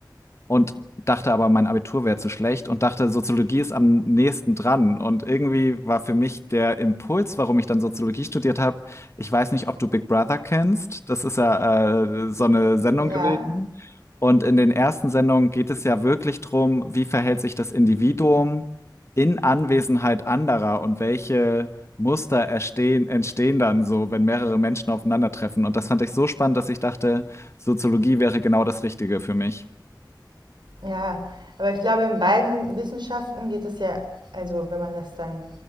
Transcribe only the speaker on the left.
und dachte aber, mein Abitur wäre zu schlecht und dachte, Soziologie ist am nächsten dran. Und irgendwie war für mich der Impuls, warum ich dann Soziologie studiert habe, ich weiß nicht, ob du Big Brother kennst. Das ist ja äh, so eine Sendung
gewesen. Und in den ersten Sendungen geht es ja wirklich drum, wie verhält sich das Individuum in Anwesenheit anderer und welche Muster erstehen, entstehen dann so, wenn mehrere Menschen aufeinandertreffen. Und das fand ich so spannend, dass ich dachte, Soziologie wäre genau das Richtige für mich.